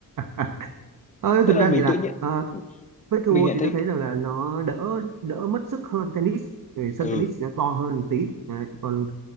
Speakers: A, on the right; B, on the left.
A: À, Ờ,
B: tức
A: thực
B: là
A: ra
B: mình
A: thì là
B: tự nhiên
A: ờ, pickleball
B: mình nhận
A: thì
B: thấy
A: tôi thấy rằng là nó đỡ đỡ mất sức hơn tennis Vì sân
B: ừ,
A: tennis nó to hơn một tí Đấy, còn